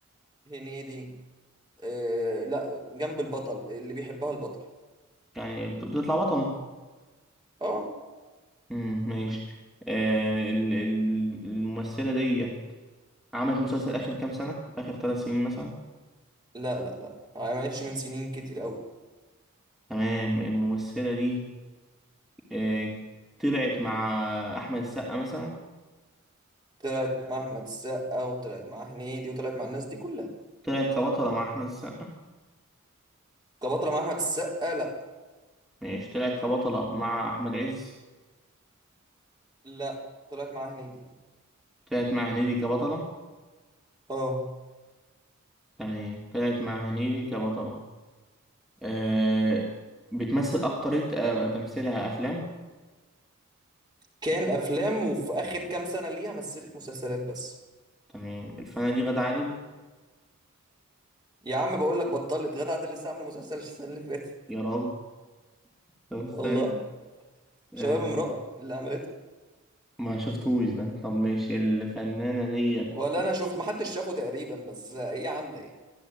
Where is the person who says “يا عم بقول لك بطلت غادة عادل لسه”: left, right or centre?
Right